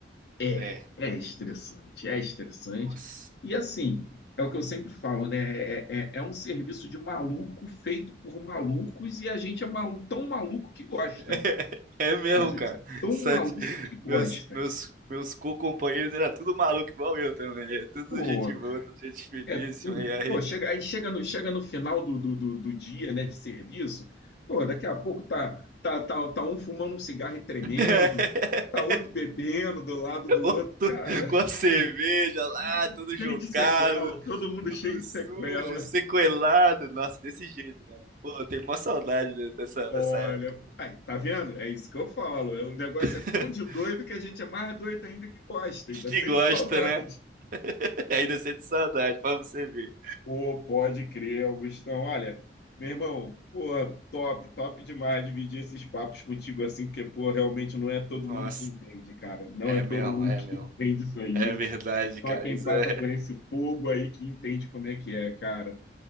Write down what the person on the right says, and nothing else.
É,
nossa.
<laughs>
É mesmo,
cara.
Sete,
meus, meus, meus co-companheiros era tudo maluco igual eu também. É tudo
gente boa, tudo gente finíssima.
E aí?
<laughs>
Outro
com a cerveja lá,
tudo jogado,
tudo
sujo,
sequelado. Nossa, desse jeito, mano. Pô, eu tenho mó saudade de- dessa,
dessa época.
<laughs>
Que
gosta,
né? <laughs> Ainda sente saudade, pra você ver.
Nossa,
é
mesmo,
é
mesmo.
É verdade, cara.
Isso
é,